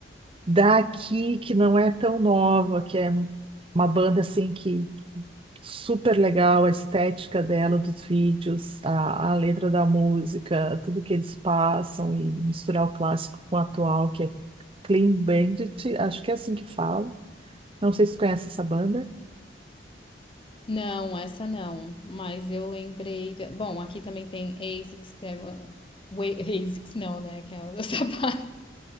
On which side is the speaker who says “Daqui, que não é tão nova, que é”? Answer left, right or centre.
Right